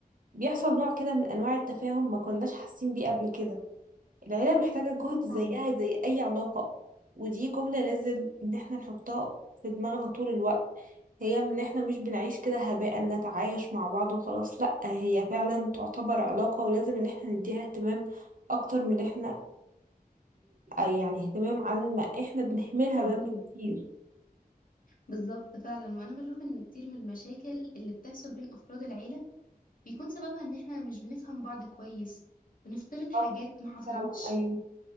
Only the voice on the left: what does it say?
فعلا
الدنيا
بالظبط فعلا وانا بشوف ان كتير من المشاكل اللي بتحصل بين افراد العيله بيكون سببها ان احنا مش بنفهم بعض كويس بنفترض حاجات
ما حصلتش